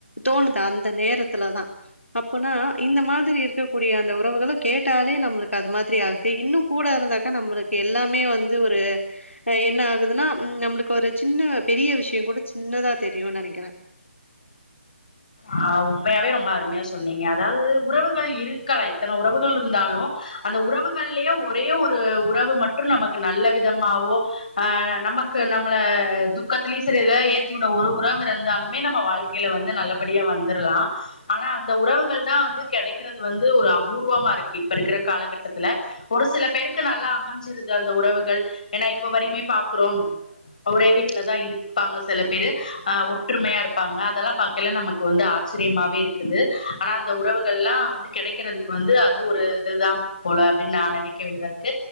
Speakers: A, on the left (about 80°); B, on the left (about 40°).
A: தோணுது அந் அந்த நேரத்துல தா அப்புனா இந்த மாதிரி இருக் க்கூடிய அந்த உறவுகள கேட்டாலே நம்முளுக்கு அது மாதிரி ஆகுது இன்னு கூட இருந்தாக்க நம்முளுக் எல்லாமே வந்து ஒரு என்ன ஆகுதுன்னா ம் நம்மளுக்கு ஒரு சின்ன பெரிய விஷ்யோ கூட சின்னதா தெரியுன்னு நெனைக்கிறே
B: ஆ உண்மையாவே ரொம்ப அருமையா சொன்னீங்க அதாது உறவுகள் இருக்கா எத்தன உறவுகள் இருந்தாலு அந்த உறவுகள்லேயே ஒரே ஒரு உறவு மட்டு நமக்கு நல்ல விதமாவோ ஆ நமக்கு நம்மள துக்கத்துலயும் சரி எதுலயாது ஏத்தி விட ஒரு உறவு இருந்தாலுமே நம்ம வாழ்க்கையில வந்து நல்லபடியா வந்துரலா ஆனா அந்த உறவுகள் தா வந்து கிடைக்கிறது வந்து ஒரு அபூர்வமா இருக்கு இப்ப இருக்கற காலகட்டத்துல ஒரு சில பேருக்கு நல்லா அமைஞ்சிருது அந்த உறவுகள் ஏன்னா இப்ப வரையுமே பாக்குறோ ஒரே வீட்ல தா இருப்பாங்க சில பேரு அ ஒற்றுமையா இருப்பாங்க அதெல்லா பாக்கைல நமக்கு வந்து ஆச்சரியமாவே இருக்குது ஆனா அந்த உறவுகள்லாம் வந்து கிடைக்கறதுக்கு வந்து அது ஒரு இதுதா போல அப்டின்னு நா நினைக்க வேண்டியதா இருக்கு